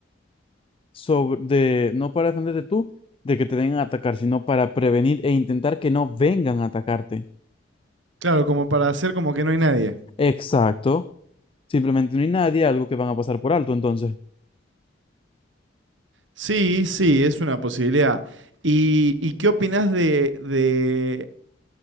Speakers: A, on the left; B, on the right.
A: sobre... De, no para defenderte tú de que te vengan a atacar, sino para prevenir e intentar que no vengan a atacarte.
B: Claro, como para hacer como que no hay nadie.
A: Exacto. Simplemente no hay nadie, algo que van a pasar por alto, entonces.
B: Sí, sí, es una posibilidad. ¿Y, y qué opinás de, de